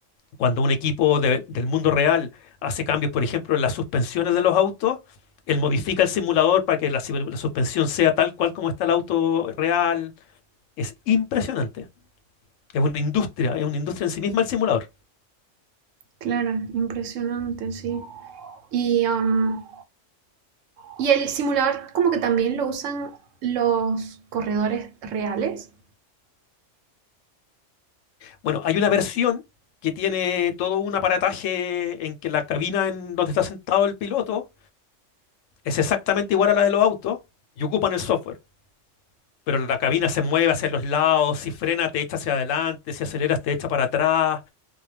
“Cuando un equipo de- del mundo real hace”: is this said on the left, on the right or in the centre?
Left